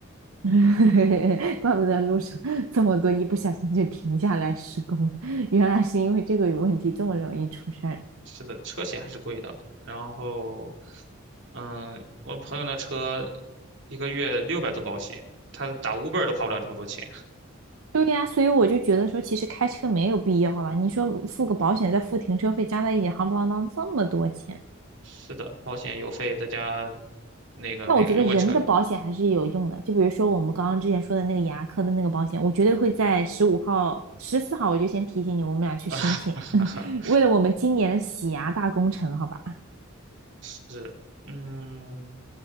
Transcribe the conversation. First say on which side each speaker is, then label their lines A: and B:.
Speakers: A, on the right (about 80°); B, on the right (about 55°).
A: <laughs> 怪不得路上这么多一不小心就停下来施工了原来是因为这个有问题，这么容易出事儿。
B: 是的，车险还是贵的。然后，嗯，我朋友那车一个月六百多保险，他打五 b 都花不了这么多钱。<laughs>
A: 对呀，所以我就觉得说，其实开车没有必要了。你说付个保险，再付停车费，加在一起，夯不啷当这么多钱。
B: 是的，保险、油费再加那个每个如果车
A: 那我觉得人的保险还是有用的，就比如说我们刚刚之前说的那个牙科的那个保险，我绝对会在十五号、十四号我就先提醒你，我们俩去申请，
B: <laughs> 啊，哈哈，
A: <laughs> 为了我们今年的洗牙大工程，好吧？
B: 是，嗯，